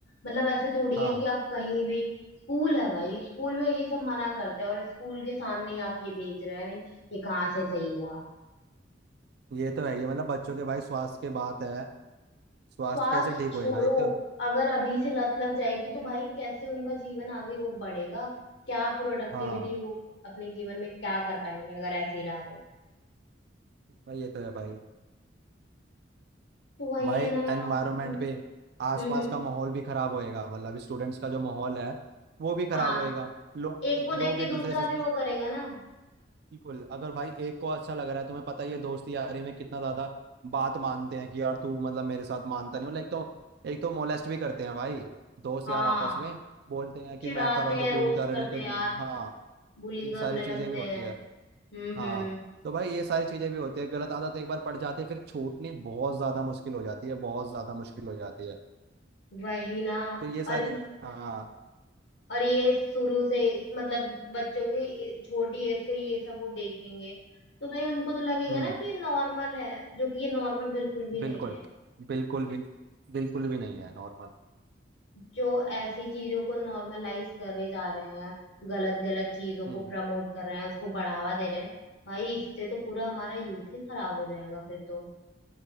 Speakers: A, on the left; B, on the right.
A: मतलब ऐसे थोड़ी
B: हाँ
A: है कि आप कहीं भी स्कूल है भाई स्कूल में ये सब मना करते हैं और स्कूल के सामने ही आप ये बेच रहे हो आई मीन ये कहाँ से सही हुआ
B: ये तो है ये मतलब बच्चों के भाई स्वास्थ्य के बात है स्वास्थ्य
A: श्वास
B: कैसे ठीक
A: छोड़ो
B: होएगा एक तो
A: अगर अभी से लत लग जाएगी तो भाई कैसे उनका जीवन आगे वो बढ़ेगा क्या प्रोडक्टिविटी
B: हाँ
A: वो अपने जीवन में क्या कर पाएंगे अगर ऐसे ही रहा तो
B: भाई ये तो है भाई
A: तो वही
B: भाई
A: है ना यार
B: एनवायरनमेंट
A: हम्म
B: पे आसपास
A: हम्म हम्म
B: का माहौल भी खराब होएगा मतलब स्टूडेंट्स का जो माहौल है वो भी खराब
A: हाँ
B: होएगा लोग
A: एक को
B: लोग
A: देख के
B: एक
A: दूसरा
B: दूसरे से
A: भी वो करेगा ना
B: बिल्कुल अगर भाई एक को अच्छा लग रहा है तुम्हें पता ही है दोस्ती यारी में कितना ज्यादा बात मानते हैं कि यार तू मतलब मेरे साथ मानता नहीं मतलब एक तो एक तो मोलेस्ट भी करते हैं भाई दोस्त
A: हाँ
B: यार आपस में बोलते हैं कि
A: चिढ़ाते
B: मैं कर रहा हूँ तो
A: हैं
B: तू
A: रोस्ट
B: भी कर
A: करते
B: नहीं तो
A: हैं यार
B: हाँ
A: बुली
B: ये
A: करने
B: सारी चीजें
A: लगते
B: भी होती
A: हैं
B: है
A: हम्म
B: हाँ
A: हम्म
B: तो भाई ये सारी चीजें भी होती है गलत आदत एक बार पड़ जाती है फिर छूटनी बहुत ज्यादा मुश्किल हो जाती है बहुत ज्यादा मुश्किल हो जाती है
A: वही ना
B: तो ये सारे
A: और
B: हाँ
A: और ये शुरू से इस मतलब बच्चों के इ- छोटी एज से ये सब वो देखेंगे तो भाई उनको तो लगेगा
B: हम्म
A: ना कि ये नॉर्मल है जो कि ये नॉर्मल बिल्कुल भी नहीं
B: बिल्कुल
A: है
B: बिल्कुल भी बिल्कुल भी नहीं है नॉर्मल
A: जो ऐसी चीजों को नॉर्मलाइज करे जा रहे हैं गलत गलत चीजों को
B: हम्म
A: प्रमोट कर रहे हैं उसको बढ़ावा दे रहे हैं भाई इससे तो पूरा हमारा यूथ ही खराब हो जाएगा फिर तो